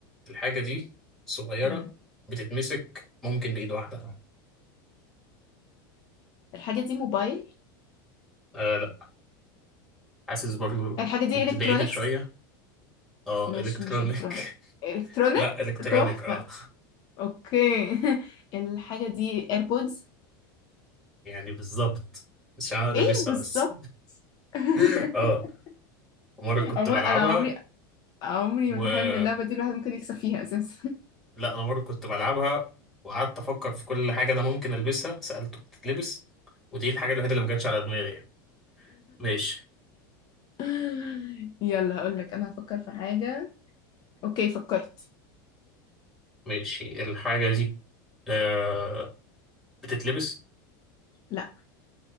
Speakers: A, in the centre; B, on the left (about 35°).
A: الحاجة دي صغيرة
B: مم.
A: بتتمسك ممكن بإيد واحدة
B: الحاجة دي موبايل
A: آه لا حاسس برضو
B: الحاجة دي
A: انت
B: الكترونيكس
A: بعيدة شوية اه
B: ماشي
A: الكترونيك
B: مش الكترونيك
A: <laughs>
B: الكترونيك
A: لا الكترونيك
B: تحفه
A: اه
B: اوكي <laughs> الحاجة دي ايربودز
A: يعني بالظبط مش انا لابسها
B: ايه بالظبط
A: بس
B: <laughs>
A: <laughs> اه مرة كنت
B: عموما
A: بلعبها
B: انا عمري عمري
A: و...
B: ما اتخيل ان اللعبه دي الواحد ممكن يكسب فيها اساسا
A: لا انا مره كنت بلعبها وقعدت افكر في كل حاجه انا ممكن البسها سالته بتتلبس ودي الحاجه الوحيده اللي ما جاتش على دماغي يعني ماشي
B: <laughs> يلا هقول لك انا هفكر في حاجه اوكي فكرت
A: ماشي الحاجه دي آه بتتلبس
B: لا